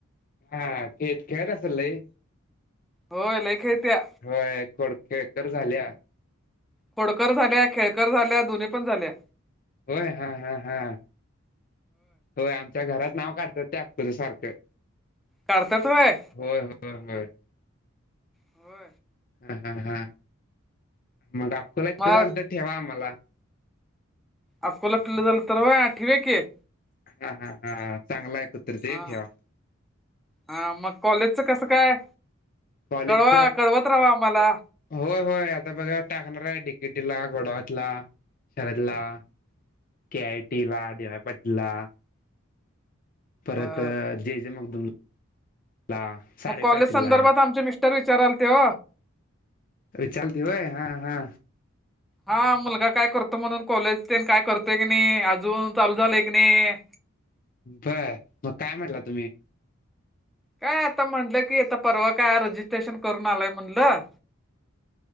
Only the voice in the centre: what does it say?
होय लय खेळत्या.
खोडकर झाल्या खेळकर झाल्या दोन्ही पण झाल्या.
काढतात होय.
हो.
मग
अकला पिले झाला तरर व आठ वे क <unintelligible>
हा
हा मग कॉलेजचं कसं काय
कळवा कळवत राहावा आम्हाला.
बर
मग कॉलेज
संदर्भात आमचे मिस्टर विचाराल तेव.
हा मुलगा काय करतो म्हणून कॉलेज काय करतोय की नाही अजून चालू झालेय की नाही.
काय आता म्हणलं की आता परवा काय रजिस्ट्रेशन करून आलंय म्हटलं.